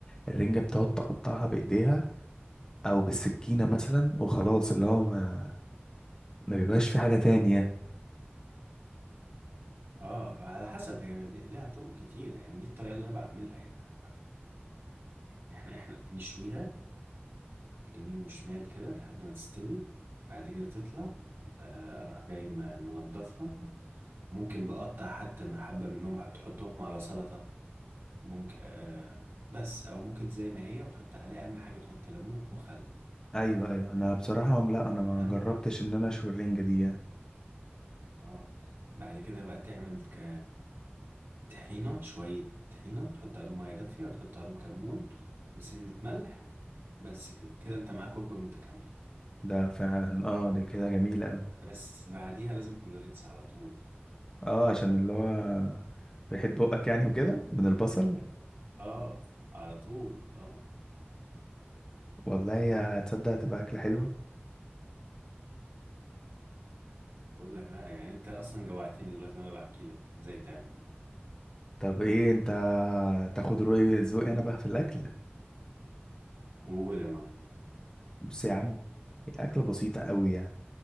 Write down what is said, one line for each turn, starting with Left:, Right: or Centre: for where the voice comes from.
Left: الرنجة بتقعد تقطعها بايديها او بالسكينة
Right: مم.
Left: مثلا وخلاص اللي هو ما, ما بيبقاش في حاجة تانية
Right: اه على حسب هي ليها طرق كتير يعني دي الطريقه اللي انا بعملها يعني عامة. احنا احنا بنشويها اليمين وشمال كده لحد ما تستوي بعد كده تطلع آه، اروح جاي م- منضفها وممكن بقطع حتى حبة منهم أحط- تحطهم على سلطة ممكن آه بس او ممكن زي ما هي وتحط عليه اهم حاجة تحط ليمون وخل
Left: ايوه ايوه انا بصراحة لا انا ما
Right: اهم
Left: جربتش
Right: حاجة
Left: ان انا اشوي الرنجة دي يعني.
Right: اه بعد كده بقى تعمل ك طحينة شوية طحينة تحط عليهم مية دافية وتحط عليهم كمون وسنة ملح بس كده كده انت معاك وجبة متكاملة
Left: ده فعلا اه ده كده جميل اوي
Right: بس بعديها لازم كولوريتس على طول
Left: اه عشان اللي هو ريحة بقك يعني وكده من البصل
Right: اه على طول اه
Left: والله يا تصدق هتبقى أكلة حلوة
Right: بقول لك لا يعني انت اصلا جوعتني دلوقتي وانا بحكي لك ازاي تعمل
Left: طب ايه انت تاخد رأي ذوقي انا بقى في الاكل
Right: قول يا معلم
Left: بص يا عم اكله بسيطه قوي يعني